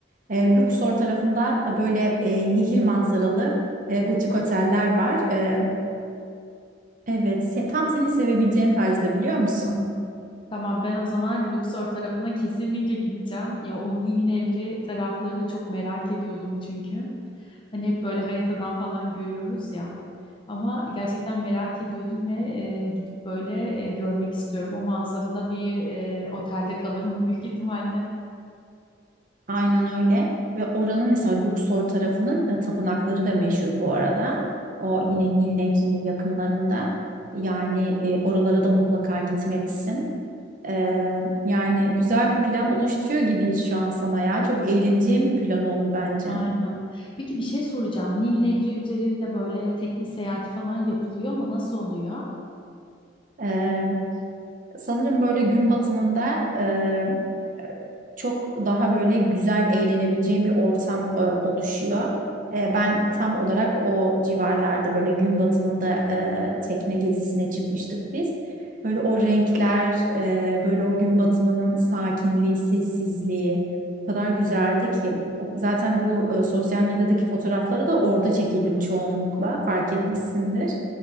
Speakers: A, on the right; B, on the left.
A: E, Luxor tarafında böyle e, nehir manzaralı e, butik oteller
B: <laughs>
A: var. E, Evet, sen, tam seni sevebileceğin tarzda biliyor musun?
B: Tamam ben o zaman Luxor tarafına kesinlikle gideceğim. Ya o Nil Nehri taraflarını çok merak ediyordum çünkü. Hani hep böyle haritadan falan görüyoruz ya. Ama gerçekten merak ediyordum ve e, gidip böyle e, görmek istiyorum. O manzarada bir e, otelde kalırım <laughs> büyük ihtimalle.
A: Aynen öyle. Ve oranın mesela Luxor tarafının e, tapınakları da meşhur bu arada. O yine Nil Nehri'nin yakınlarında. Yani e, oralara da mutlaka gitmelisin. E, yani güzel bir plan oluşturuyor gibiyiz şu an sana ya. Çok eğleneceğin bir plan oldu bence.
B: Aynen. Peki bir şey soracağım. Nil Nehri üzerinde böyle tekne seyahati falan yapılıyor mu? Nasıl oluyor?
A: E, sanırım böyle gün batımında e, çok daha böyle güzel eğlenebileceğim bir ortam e, oluşuyor. E, ben tam olarak o civarlarda böyle gün batımında e, tekne gezisine çıkmıştık biz. Böyle o renkler, e, böyle o gün batımının sakinliği, sessizliği o kadar güzeldi ki. O- Zaten bu e, sosyal medyadaki fotoğrafları da orada çekildim çoğunlukla fark etmişsindir.